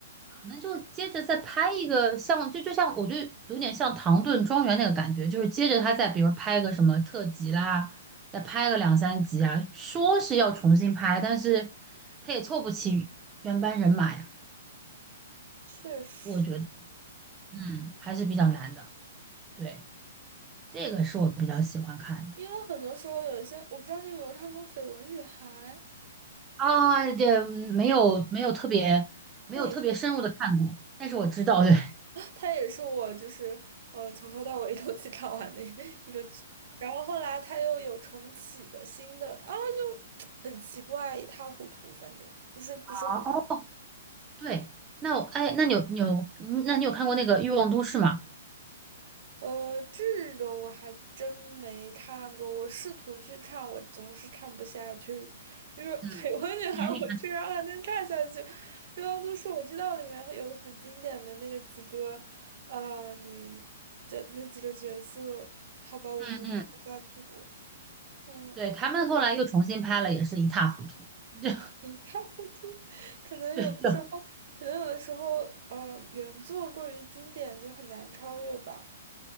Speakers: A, on the right; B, on the right.
A: 可能就接着再拍一个像，就就像我就有点像《唐顿庄园》那个感觉，就是接着他再比如拍个什么特辑啦，再拍个两三集啊，说是要重新拍，但是他也凑不齐原班人马呀。
B: 确实，
A: 我觉得，嗯，还是比较难的。对，这个是我比较喜欢看的
B: 因为很多时候有一些，我不知道你有没有看过《绯闻女孩》，
A: 啊，这嗯没有没有特别没有特别深入的看过，
B: 它也是。
A: 但是我知道，对哦，
B: 它也是我就是嗯、呃从头到尾 <laughs> 一口气看完的 <laughs> 一个剧，然后后来它又有重启的新的啊，就很奇怪，一塌糊涂，反正不是不是很
A: <laughs> 对。那我哎，那你有你有嗯那你有看过那个《欲望都市》吗？
B: 呃，这个我还真没看过，我试图去看，我总是看不下去，因为《<laughs>
A: 嗯年龄还
B: 绯闻女孩》我居然还能看下去，一望都是我知道里面有很经典的那个几个呃女这那几个角色，好吧，我没看下去过。
A: 嗯嗯，
B: 嗯，
A: 对，他们后来又重新拍了，也是一塌糊涂。<laughs> 就
B: 一塌糊涂。可能有的时候，
A: 对，就 <laughs> 对
B: 可能有的时候，呃，原作过于经典就很难超越吧，